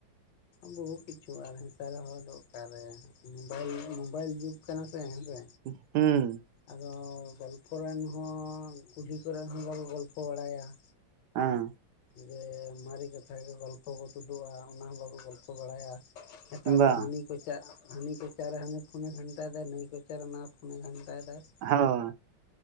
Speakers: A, on the left (about 70°); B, on the right (about 70°).
A: ᱵᱚᱦᱩ ᱠᱤᱪᱷᱩ ᱟᱨ ᱦᱮᱛᱟᱨ ᱦᱚᱲ ᱫᱚ ᱚᱠᱟᱨᱮ ᱢᱚᱵᱟᱭᱤᱞ ᱢᱳᱵᱟᱭᱤᱞ ᱡᱩᱜᱽ ᱠᱟᱱᱟ ᱥᱮ ᱦᱮᱸᱥᱮ᱾
B: ᱦᱩᱸ ᱾
A: ᱟᱫᱚ ᱜᱚᱞᱯᱷᱚ ᱨᱮᱱ ᱦᱚᱸ ᱠᱩᱞᱦᱤ ᱠᱚᱨᱮᱫ ᱦᱚᱸ ᱵᱟᱠᱚ ᱜᱚᱞᱯᱷᱚ ᱵᱟᱲᱟᱭᱟ ᱾
B: ᱦᱮᱸ
A: ᱡᱮ ᱢᱟᱨᱮ ᱠᱟᱛᱷᱟ ᱜᱮ ᱜᱚᱞᱯᱚ ᱠᱚ ᱛᱳᱫᱳᱜᱼᱟ ᱚᱱᱟ ᱦᱚᱸ ᱵᱟᱠᱚ ᱜᱚᱞᱯᱷᱚ ᱵᱟᱲᱟᱭᱟ ᱾ ᱦᱮᱛᱟᱨ
B: ᱵᱟᱝ
A: ᱫᱚ ᱦᱟᱱᱤ ᱠᱚᱪᱟᱜ ᱦᱟᱹᱱᱤ ᱠᱚᱪᱟᱨᱮ ᱦᱟᱱᱤ ᱯᱷᱩᱱᱮ ᱜᱷᱟᱱᱴᱟᱭ ᱫᱟ, ᱱᱟᱹᱭ ᱠᱚᱪᱟᱨᱮ ᱱᱟᱣᱟ ᱯᱷᱩᱱᱮ ᱜᱷᱟᱱᱴᱟᱭ ᱫᱟᱭ ᱾
B: ᱦᱳᱻ